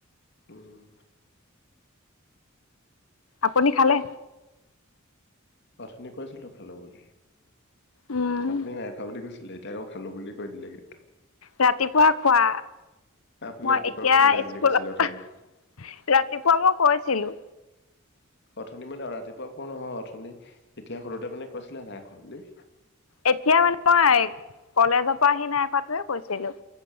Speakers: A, on the left (about 55°); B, on the left (about 85°).
A: উম
B: আপুনি খালে?
A: অথনি কৈছিলো খালো বুলি।
B: উম,
A: আপুনি নাইখোৱা বুলি কৈছে, দেউতা খালো বুলি কৈ দিলে কিন্তু।
B: ৰাতিপুৱা খোৱা।
A: আপুনি
B: মই
A: ৰাতিপুৱাও
B: এতিয়া
A: খোৱা নাই বুলি
B: স্কুলত
A: কৈছিলে অথনি।
B: ৰাতিপুৱা মই কৈছিলো।
A: অথনি মানে ৰাতিপুৱা কোৱা নহয়, অথনি এতিয়া সুধোতে মানে কৈছিলে নাই নাই খোৱা বুলি।
B: এতিয়া মানে মই, কলেজৰ পৰা আহি নাই খটোৱে কৈছিলো